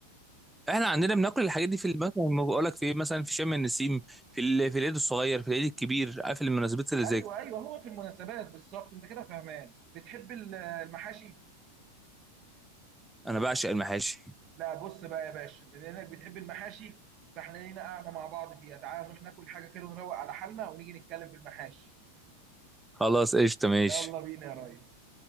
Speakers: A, in the centre; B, on the right.
A: احنا عندنا بناكل الحاجات دي في ال- مثلا ما بقول لك في ايه، مثلا في شم النسيم في ال... في العيد الصغير في العيد الكبير عارف المناسبات اللي
B: ايوه
A: زي كده
B: ايوه هو في المناسبات بالظبط انت كده فهمان بتحب ال- المحاشي
A: انا بعشق المحاشي
B: لا بص بقى يا باشا بما انك بتحب المحاشي فاحنا لينا قاعده مع بعض فيها تعال نروح ناكل حاجه كده ونروق على حالنا ونيجي نتكلم في المحاشي
A: خلاص قشطه ماشي
B: يلا بينا يا ريس